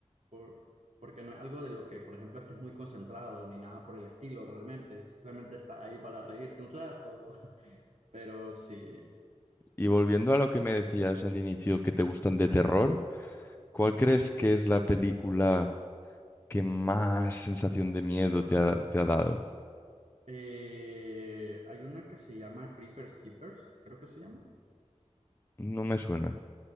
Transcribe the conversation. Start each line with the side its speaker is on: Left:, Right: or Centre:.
Right: por- porque no es algo de lo que, por ejemplo, estés muy concentrado ni nada por el estilo realmente, simplemente estás ahí para reírte un rato, <laughs> pero sí.
Left: Y volviendo a lo que me decías al inicio, que te gustan de terror. ¿Cuál crees que es la película que más sensación de miedo te ha, te ha dado?
Right: Eh, hay una que se llama Creepers Keepers, creo que se llama.
Left: No me suena.